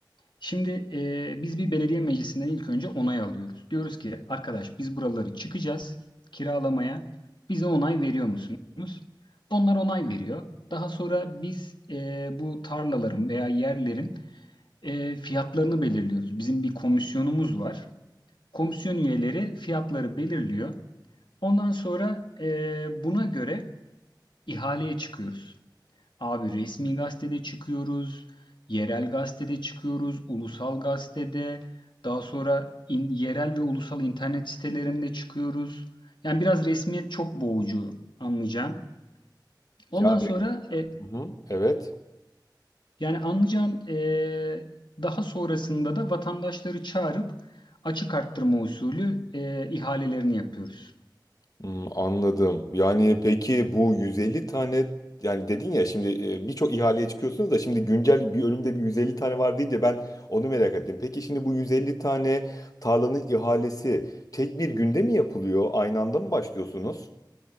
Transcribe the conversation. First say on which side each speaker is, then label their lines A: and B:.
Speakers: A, on the left; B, on the left.
A: Şimdi e, biz bir belediye meclisinden ilk önce onay alıyoruz. Diyoruz ki arkadaş biz buraları çıkacağız kiralamaya. Bize onay veriyor musunuz? Onlar onay veriyor. Daha sonra biz e, bu tarlaların veya yerlerin e, fiyatlarını belirliyoruz. Bizim bir komisyonumuz var. Komisyon üyeleri fiyatları belirliyor. Ondan sonra e, buna göre ihaleye çıkıyoruz. Abi resmi gazetede çıkıyoruz, yerel gazetede çıkıyoruz, ulusal gazetede, daha sonra in- yerel ve ulusal internet sitelerinde çıkıyoruz. Yani biraz resmiyet çok boğucu anlayacağım. Ondan
B: Yani
A: sonra e,
B: Hı hı, evet.
A: Yani anlayacağın eee, daha sonrasında da vatandaşları çağırıp açık arttırma usulü eee, ihalelerini yapıyoruz.
B: Hmm, anladım. Yani peki bu 150 tane yani dedin ya şimdi e, birçok ihaleye çıkıyorsunuz da şimdi güncel bir önümde bir 150 tane var deyince ben onu merak ettim. Peki şimdi bu 150 tane tarlanın ihalesi tek bir günde mi yapılıyor? Aynı anda mı başlıyorsunuz?